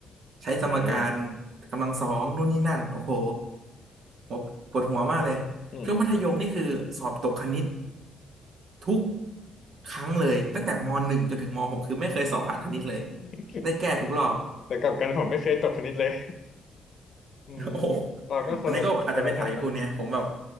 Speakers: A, on the right; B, on the left.
A: ใช้สมการ
B: อืม
A: กำลังสองนู่นนี่นั่นโอ้โหหมปวดหัวมากเลยช่วงมัธยมนี่คือสอบตกคณิต
B: อืมอืมอืม
A: ทุกครั้งเลยตั้งแต่มหนึ่งจนถึงมหกคือไม่เคยสอบผ่านคณิตเลย
B: <laughs>
A: ได้แก้ทุกรอบ
B: แต่กลับกันผมไม่เคยตกคณิตเลยอืม
A: <laughs> โอ้โห
B: เราก็คนละคนละไทยเนาะ
A: อันนี้ก็อาจจะเป็นสายคุณเนี่ยผมแบบ